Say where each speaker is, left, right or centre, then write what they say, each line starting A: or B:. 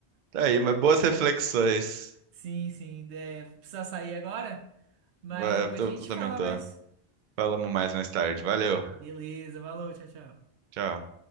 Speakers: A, on the right; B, on the right.
A: Tá aí, mas boas reflexões.
B: Sim, sim. É, vou precisar sair agora, mas
A: Vai,
B: depois
A: eu tô-
B: a
A: eu
B: gente
A: também
B: fala
A: tô.
B: mais.
A: Falamos mais mais tarde. Valeu.
B: Beleza, valeu, tchau, tchau.
A: Tchau.